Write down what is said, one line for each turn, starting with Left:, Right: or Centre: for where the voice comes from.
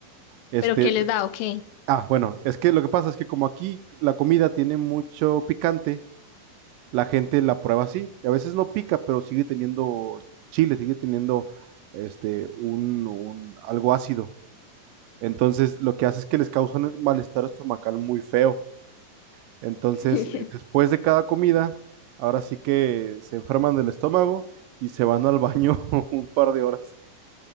Right: Este,
Left: ¿Pero qué les da o qué?
Right: ah, bueno, es que lo que pasa es que como aquí la comida tiene mucho picante, la gente la prueba así. Y a veces no pica, pero sigue teniendo chile, sigue teniendo este, un, un- algo ácido. Entonces, lo que hace es que les causa un malestar estomacal muy feo. Entonces,
Left: <laughs>
Right: eh, después de cada comida, ahora sí que se enferman del estómago y se van al baño <laughs> un par de horas